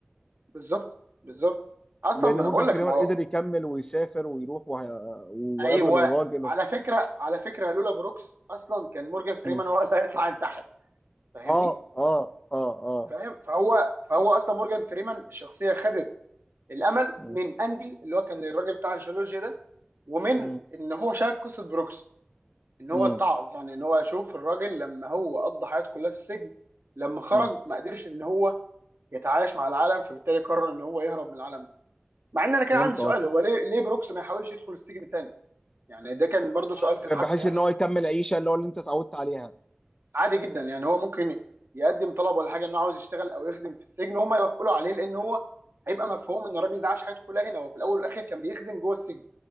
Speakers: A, on the right (about 70°); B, on the left (about 20°).
A: بالظبط بالظبط اصلا
B: لان
A: ما انا
B: مورجان
A: بقول
B: فريمان
A: لك ما هو
B: قدر يكمل ويسافر ويروح وه... وقابل
A: ايوه
B: الراجل
A: على
B: و...
A: فكره على فكره لولا بروكس اصلا كان مورجان فريمان
B: مم.
A: هو اللي هيطلع ينتحر فاهمني
B: اه اه اه اه
A: فاهم فهو فهو اصلا مورجان فريمان الشخصيه خدت الامل
B: مم.
A: من اندي اللي هو كان الراجل بتاع الجيولوجيا ده ومن
B: مم.
A: ان هو شاف قصه بروكس ان هو
B: مم.
A: اتعظ يعني ان هو يشوف الراجل لما هو قضى حياته كلها في السجن لما خرج
B: مم.
A: ما قدرش ان هو يتعايش مع العالم فبالتالي قرر ان هو يهرب من العالم ده مع ان انا كان
B: فهمت
A: عندي سؤال
B: قصدي
A: هو ليه ليه بروكس ما يحاولش يدخل السجن تاني يعني ده كان برضو سؤال في
B: ب-
A: الحبكه
B: بحيث
A: يعني
B: ان هو يكمل عيشه اللي هو اللي انت اتعودت عليها
A: عادي جدا يعني هو ممكن يقدم طلب ولا حاجه انه عاوز يشتغل او يخدم في السجن وهم يوافقوا له عليه لان هو هيبقى مفهوم ان الراجل ده عاش حياته كلها هنا هو في الاول والاخر كان بيخدم جوه السجن